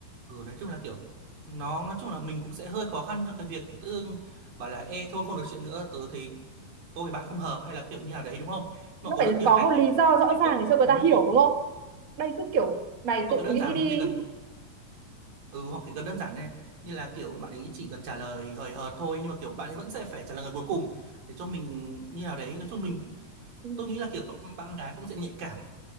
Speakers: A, on the right (about 80°); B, on the right (about 45°).
A: Ừ, nói chung là kiểu nó nói chung là mình cũng sẽ hơi khó khăn trong cái việc tự dưng bảo là ê thôi không được chuyện nữa tớ thấy tôi với bạn không hợp hay là kiểu như nào đấy đúng không mà
B: nó
A: có
B: phải
A: rất nhiều
B: có
A: cách
B: một lý
A: để mình
B: do rõ
A: kết
B: ràng
A: thúc
B: để cho người
A: đúng
B: ta hiểu
A: không
B: đúng không đây cứ kiểu mày
A: hoặc
B: tự
A: là đơn
B: nghĩ
A: giản
B: đi
A: mình chỉ cần ừ hoặc chỉ cần đơn giản như, như là kiểu bạn ấy chỉ cần trả lời hời hợt thôi nhưng mà kiểu bạn ấy vẫn sẽ phải trả lời người cuối cùng để cho mình như nào đấy nói chung mình
B: Ừ,
A: tôi nghĩ là kiểu các bạn gái cũng sẽ nhạy cảm